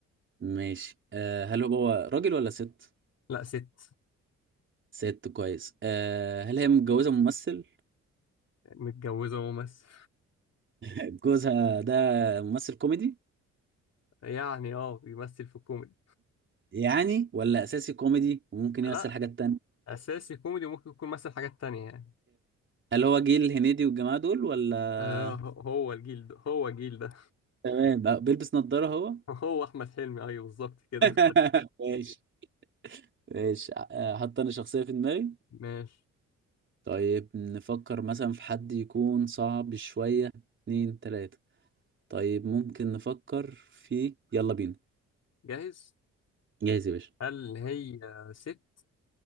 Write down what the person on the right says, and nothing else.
ماشي أه هل هو راجل ولا ست؟
ست كويس أه هل هي متجوزة ممثل؟
<laughs> جوزها ده ممثل كوميدي؟
يعني ولا أساسي كوميدي وممكن يمثل
حاجات تانية؟
هل هو جيل الهنيدي والجماعة دول ولا
تمام أه، بيلبس نظارة هو؟
<laughs> ماشي ماشي أه، حط أنا شخصية في دماغي
طيب نفكر مثلا في حد يكون صعب شوية اتنين تلاتة طيب ممكن نفكر في يلا بينا
جاهز يا باشا